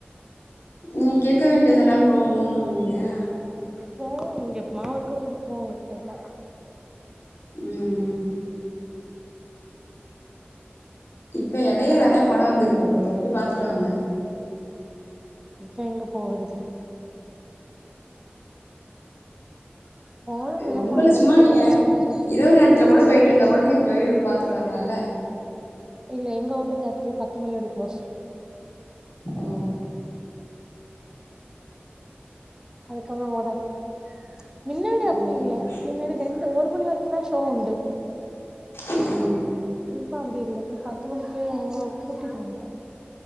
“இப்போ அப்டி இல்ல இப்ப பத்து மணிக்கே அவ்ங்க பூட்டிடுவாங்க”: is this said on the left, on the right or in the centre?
Right